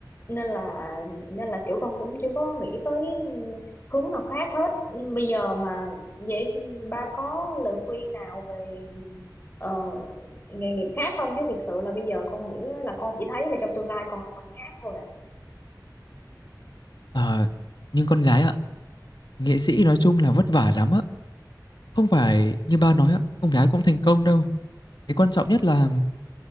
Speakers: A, on the left; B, on the left.
A: nên là nên là kiểu con cũng chưa có nghĩ tới hướng nào khác hết bây giờ mà vậy ba có lời khuyên nào về ờ, nghề nghiệp khác không chứ thực sự là bây giờ con nghĩ á là con chỉ thấy là trong tương lai con là con đi hát thôi à.
B: Ờ, nhưng con gái ạ, nghệ sĩ nói chung là vất vả lắm ạ. không phải như ba nói ạ không phải ai cũng thành công đâu cái quan trọng nhất là